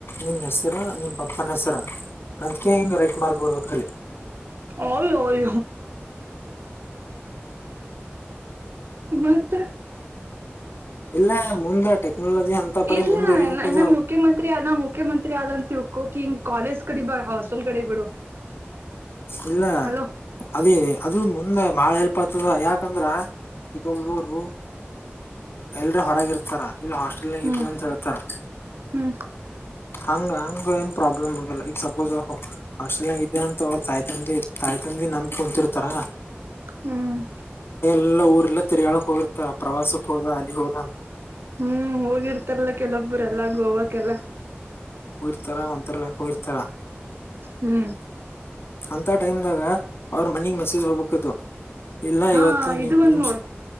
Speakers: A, on the left; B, on the right.
A: ನಿನ್ ಹೆಸರ ನಿಮ್ ಪಪ್ಪನ್ ಹೆಸರ ಅತ್ಕ ಹಿಂಗ ರೈಟ್ ಮಾರ್ಕ್ ಬಿಡ್ಬೇಕಲ್ಲಿ
B: ಓಯ ಓಯ ಮತ್ತ
A: ಇಲ್ಲ ಮುಂದ ಟೆಕ್ನಾಲಜಿ ಅಂತ ಪರಿ
B: ಇಲ್ಲ
A: ಮುಂದುವರಿಬೇಕದು
B: ಇ ನ ಮುಖ್ಯಮಂತ್ರಿ ನಾ ಮುಖ್ಯಮಂತ್ರಿ ಆದಂತ ತಿಳ್ಕೋಕಿಂಗ್ ಕಾಲೇಜ್ ಕಡೆ ಬ ಹಾಸ್ಟೆಲ್ ಕಡೆ ಬಿಡು
A: ಇಲ್ಲ
B: ಹಲೋ
A: ಅದ ಅದು ಮುಂದೆ ಬಾಳ ಎಲ್ಪ್ ಆತದ ಯಾಕಂದ್ರ ಈ <unintelligible> ಗೊರು ಎಲ್ರ ಹೊರಗಿರ್ತಾರ ಇಲ್ಲಿ ಹಾಸ್ಟೆಲ್ ನಾಗ
B: ಹ್ಮ್
A: ಇದ್ವಿ ಅಂತ ಹೇಳ್ತಾರ
B: ಹ್ಮ್
A: ಹಂಗ ಹಂಗ ಏನ್ ಪ್ರಾಬ್ಲಮ್ ಲ್ಲ ಈಗ ಸಪೋಸ್ ಹಾಸ್ಟೆಲ್ ನಾಗ ಇದ್ದ ಅಂತ ಅವ್ರ ತಾಯ್ತಂದಿ ತಾಯ್ತಂದಿ ನಂಬಿ ಕುಂತಿರ್ತಾರ
B: ಹ್ಮ್
A: ಏಲ್ಲ ಊರೆಲ್ಲ ತಿರಿಗಾಳಕ್ ಹೋಗಿರ್ತಾರ ಪ್ರವಾಸಕ್ ಹೋಗ ಅಲ್ಲಿ ಹೋಗ
B: ಹ್ಮ್ ಹೋಗಿರ್ತಾರಲ್ಲ ಕೆಲವೊಬ್ಬ್ರ ಎಲ್ಲ ಗೋವಾಕ್ಕೆಲ್ಲ
A: ಇರ್ತರ ಒಂತ <unintelligible> ಇರ್ತಾರ
B: ಹ್
A: ಅಂತ ಟೈಮ್ ದಾಗ ಅವ್ರ ಮನಿಗ್ ಮೆಸೇಜ್ ಹೋಗ್ಬೇಕದು ಇಲ್ಲ
B: ಹಾ
A: ಇವತ್ತು ನಿಮ
B: ಇದು ಒಂದ್
A: ನಿಮ್
B: ನೋಡು